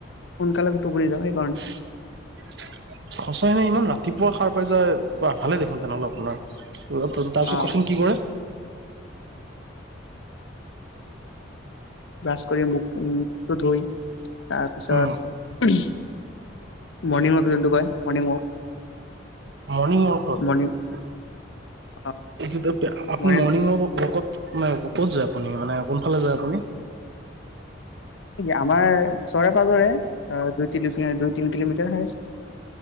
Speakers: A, on the left (about 70°); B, on the right (about 55°).
A: সোনকালে। টোপনি যাওঁ সেইকাৰণে
B: সচাই মই ইমান ৰাতিপুৱা সাৰ পাই যাও ভালে দেখোন। তেনেহ'লে আপোনাৰ তাৰপিছত
A: অ
B: কওকচোন কি কৰে?
A: ক্লাছ কৰি মুখ মোকটো ধুই তাৰপিছত
B: উম
A: মৰ্ণিং ৱাক যোনটো কয় মৰ্ণিং ৱাক।
B: মৰ্ণিং ৱাকত
A: মৰ্ণিং অ
B: এই আপুনি
A: মৰ্ণিং
B: মৰ্ণিংৱাকত ক'ত যায় আপুনি মানে কোনফালে যায় আপুনি?
A: আমাৰ ওচৰে পা ধৰে দুই দুই তিনি কিলোমিটাৰ হে আছে